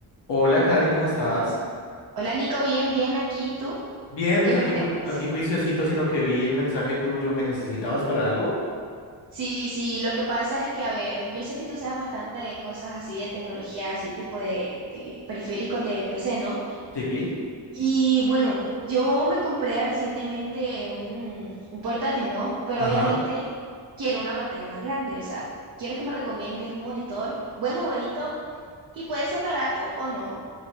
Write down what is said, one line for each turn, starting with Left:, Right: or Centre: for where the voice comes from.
Left: Hola, Cari, ¿cómo estás?
Right: Hola Nico, bien, bien aquí. ¿y ¿Tú
Left: Bien,
Right: qué
Left: pues
Right: me
Left: aquí,
Right: cuentas?
Left: ju- aquí juiciosito, sino que vi el mensaje tuyo. ¿Me necesitabas para algo?
Right: Sí, sí, lo que pasa es que, a ver, yo sé que tú sabes bastante de cosas así de tecnología, así tipo de, de periféricos de PC, ¿no?
Left: Sí, pi.
Right: Y bueno, yo me compré recientemente un, un portátil, ¿no? Pero
Left: Ajá.
Right: obviamente quiero una pantalla más grande, o sea, quiero que me recomiendes un monitor bueno, bonito, y puede ser barato o no.